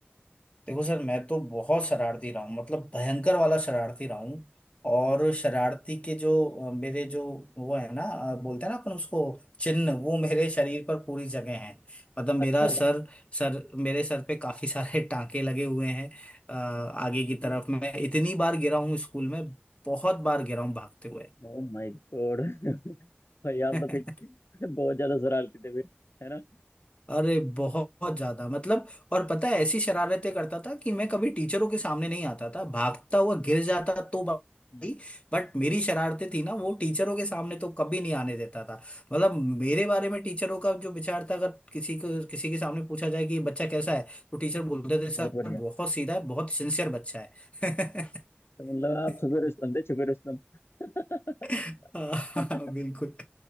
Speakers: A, on the left (about 30°); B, on the left (about 80°).
A: देखो सर मैं तो बहुत शरारती रहा हूँ मतलब भयंकर वाला शरारती रहा हूँ और शरारती के जो अ, मेरे जो वो है ना अ, बोलते हैं ना अपन उसको चिन्ह वो मेरे शरीर पर पूरी जगह है मतलब मेरा
B: अच्छा
A: सर सर मेरे सर पे काफी सारे <laughs> टांके लगे हुए हैं अ, आगे की
B: कैसे
A: तरफ मैं इतनी बार गिरा हूँ स्कूल में बहुत बार गिरा हूँ भागते हुए
B: Oh my God <laughs> भाई यार
A: <laughs>
B: तो फिर <laughs> बहुत ज्यादा शरारती थे फिर है ना
A: अरे बहुत ज्यादा मतलब और पता है ऐसी शरारतें करता था कि मैं कभी टीचरों के सामने नहीं आता था भागता हुआ गिर जाता तो भाई,
B: हम्म,
A: बट मेरी शरारतें थी ना वो टीचरों के सामने तो कभी नहीं आने देता था
B: हम्म,
A: मतलब मेरे बारे में टीचरों का जो विचार था अगर किसी को किसी के सामने पूछा जाए कि ये बच्चा कैसा है तो टीचर बोलते
B: हम्म,
A: थे सर
B: बहुत बढ़िया
A: बहुत सीधा है बहुत सिंसियर बच्चा है
B: तो मतलब आप छुपे
A: <laughs>
B: रुस्तम थे छुपे रुस्तम <laughs>
A: <laughs> हाँ हाँ,
B: हम्म
A: बिल्कुल